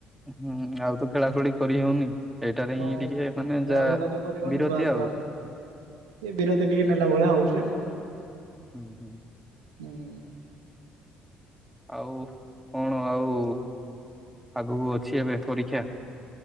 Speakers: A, in the centre; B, on the right.
A: ହୁଁ ଆଉ ତ ଖେଳା ଖେଳି କରିହଉନି। ଏଇଟାରେ ହିଁ
B: ହଁ
A: ଟିକେ ମାନେ
B: ଖେଳାବୁଲା
A: ଯାହା
B: ତ କରିହଉନି
A: ବିରତି
B: ବାସ୍
A: ଆଉ।
B: ବାସ୍ ଏ ବିରତି ଟିକେ ନେଲା ଭଳିଆ ହଉଛି ଆଉ।
A: ହୁଁ ହୁଁ।
B: ଉଁ
A: ଆଉ କଣ ଆଉ ଆଗକୁ ଅଛି ଏବେ ପରୀକ୍ଷା?